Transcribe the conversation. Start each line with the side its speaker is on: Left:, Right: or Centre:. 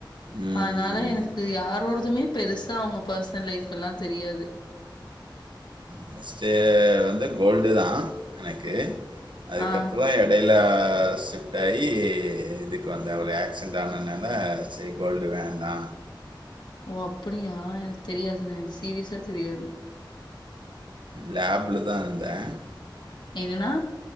Right: ம்
Left: அதனால எனக்கு யாரோ ஒருதுமே பெருசா அவங்க பர்சனல் லைஃப் எல்லாம் தெரியாது
Right: பஸ்ட்டு வந்து கோல்டு தான் எனக்கு அதுக்கப்புறம்
Left: ஆ.
Right: தான் இடையில தெ ஷிஃப்ட் ஆகி இதுக்கு வந்த ஒரு ஆக்சிடென்ட் ஆனனால செரி கோல்டு வேன்டா
Left: ஓ அப்படியா எனக்கு தெரியாது நை சீரியஸா தெரியாது
Right: லேப்ல தான் இருந்தேன்
Left: என்னன்னா